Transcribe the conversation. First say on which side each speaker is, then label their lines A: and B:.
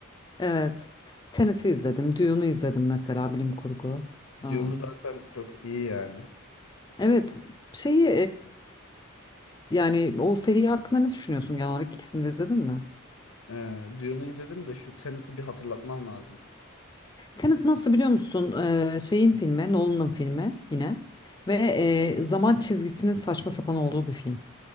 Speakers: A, on the left; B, on the left.
A: evet. Tenet'i izledim. Dune'u izledim mesela bilim kurgu. Am,
B: Dune'u zaten çok iyi yani.
A: evet şeyi Yani o seri hakkında ne düşünüyorsun genel olarak? İkisini de izledin mi?
B: Ee, Dune'u izledim de şu Tenet'i bir hatırlatman lazım.
A: Tenet nasıl biliyor musun? Ee, şeyin filmi, Nolan'ın filmi yine. Ve e, zaman çizgisinin saçma sapan olduğu bir film.